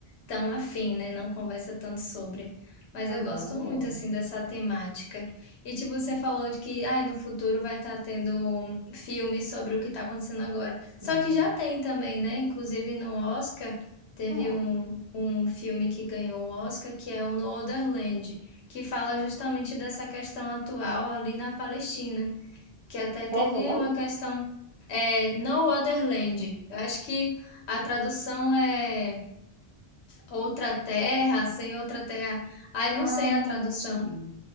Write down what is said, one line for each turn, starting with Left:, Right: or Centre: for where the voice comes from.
Left: tão afim, né? Não conversa tanto sobre. Mas
Right: Ah,
Left: eu
Right: não,
Left: gosto
Right: eu adoro.
Left: muito assim dessa temática. E tipo, você
Right: Ah,
Left: falou de que ai, no futuro vai estar tendo um filme sobre o que está acontecendo agora. Só
Right: Sim.
Left: que já tem também, né? Inclusive no Oscar teve
Right: Qual?
Left: um, um filme que ganhou o Oscar, que é o No Other Land que fala justamente dessa questão atual ali na Palestina que até
Right: Qual
Left: teve
Right: que é o nome?
Left: uma questão. É, No Other Land. Eu acho que a tradução é Outra Terra, Sem Outra Terra. Ai, não
Right: Ah,
Left: sei a tradução.
Right: sim.